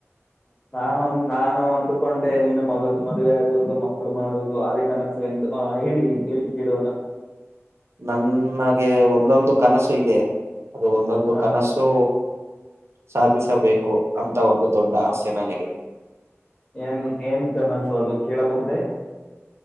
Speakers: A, on the left; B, on the right.
A: ನಾನ್ ಒಂದ್ ನಾನು ಒಂದು ಕೊಂಡೆ ನೀನು ಮಗ ಮದುವೆ ಆಗುವುದು ಮಕ್ಕಳು ಮಾಡುವುದು ಅದೇ ಕನಸು ಎಂದು ಆ ಹೇಳಿ ಹೇಳಿ ಕೇಲೋಣ
B: ನನ್ನಗೆ ಒಂದೊಂದು ಕನಸು ಇದೆ ಅದು ಒಂದೊಂದು
A: ಹ
B: ಕನಸೂ ಸಾಧಿಸಬೇಕು ಅಂತ ಒಂದು ದೊಡ್ಡ ಆಸೆ ನನಗೆ
A: ಏನ್ ಏನ್ ಕನಸು ಅದು ಕೇಳಬಹುದೇ